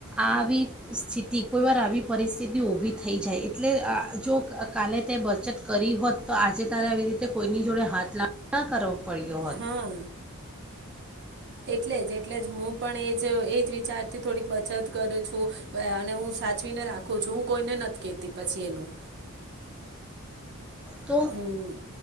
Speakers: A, in the centre; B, on the right.
A: આવી સ્થિતિ કોઈ વાર આવી પરિસ્થિતિ ઉભી થઈ જાય એટલે અ જો કાલે તે બચત કરી હોત તો આજે તારે આવી રીતે કોઈની જોડે હાથ લાગ કરો પરરી્યોત
B: હા એટલે જ એટલે જ હું પણ એજ એજ વિચાર થી થોડીક બચત કરું છું અને હું સાચવીને રાખું છું હું કોઈને નથી કેતી પછી એનું
A: તો
B: હમ